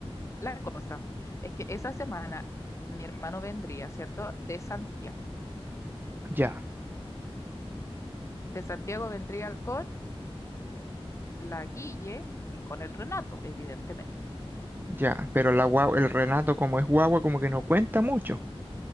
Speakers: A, on the left; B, on the right.
A: la cosa es que esa semana mi hermano vendría, ¿cierto? De Santiago.
B: ya,
A: De Santiago vendría con la Guille y con el Renato, evidentemente.
B: ya. Pero la guagua, el Renato como es guagua, como que no cuenta mucho.